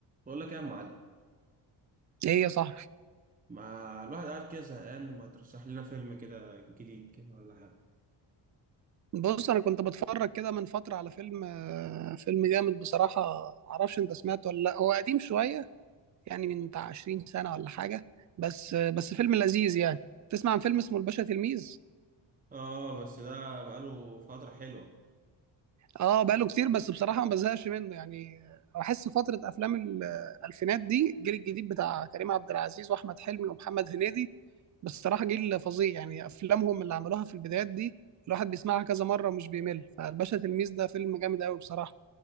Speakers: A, on the right (about 20°); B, on the right (about 40°).
A: بقول لك ايه يا معلم
B: ايه يا صاحبي
A: ما الواحد قاعد كده زهقان ما ترشح لنا فيلم كده جديد كده ولا حاجه
B: بص انا كنت بتفرج كده من فتره على فيلم آه، فيلم جامد بصراحه معرفش انت سمعته ولا لا هو قديم شويه يعني من بتاع 20 سنه ولا حاجه بس آه، بس فيلم لذيذ يعني تسمع عن فيلم اسمه الباشا تلميذ
A: اه بس ده بقاله فتره حلوه
B: اه بقاله كتير بس بصراحه ما بزهقش منه يعني آه، بحس فتره افلام ال- آه، الالفينات دي الجيل الجديد بتاع كريم عبد العزيز واحمد حلمي ومحمد هنيدي بصراحه جيل فظيع يعني افلامهم اللي عملوها في البدايات دي الواحد بيسمعها كذا مره ومش بيمل فالباشا تلميذ ده فيلم جامد قوي بصراحه